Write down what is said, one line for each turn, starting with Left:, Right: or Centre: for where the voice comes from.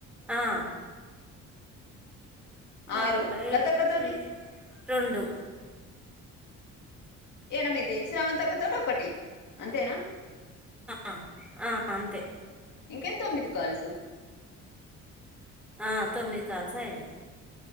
Centre: ఆ,
Left: ఆరు
Centre: అట్లా
Left: లేలాత
Centre: ఇ-
Left: క తోటి
Centre: రెండు
Left: ఎనిమిది శ్రావంతక తోటీ ఒకటి అంతేనా
Centre: ఆ, ఆ, అంతే
Left: ఇంకే తొమ్మిది కాల్సు
Centre: ఆ తొమ్మిది కాల్సయినాయి